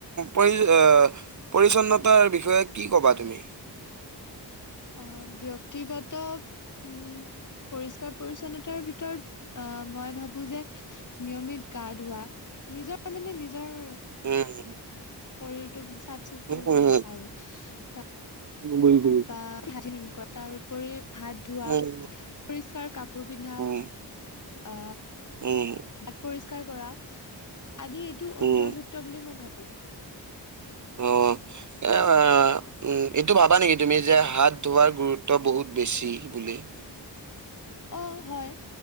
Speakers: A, on the right; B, on the left.
A: পৰি পৰিচ্ছন্নতাৰ বিষয়ে কি ক'বা তুমি?
B: অ ব্যক্তিগত উ পৰিষ্কাৰ পৰি্ছন্নতাৰ ভিতৰত আহ মই ভাবো যে নিয়মিত গা ধোৱা নিজৰ মানে নিজৰ
A: উম
B: শৰীৰটো চাফ চিকুণকে
A: উম, উম,
B: ৰাখা আৰু ত
A: বুজি- বুজি।
B: তাৰপৰা ভাজি <unintelligible> কৰা তাৰপৰি হাত ধোৱা
A: উম,
B: পৰিস্কাৰ কাপোৰ পিন্ধা।
A: উম,
B: অ
A: উম,
B: দাঁত পৰি কৰা আদি এইটো অন্তৰ্ভুক্ত
A: উম,
B: বুলি মই ভাবো
A: অঁ। এ উ এইটো ভাবা নেকি তুমি যে হাত ধোৱাৰ গুৰুত্ব বহুত বেছি বুলি <unintelligible>
B: অ হয়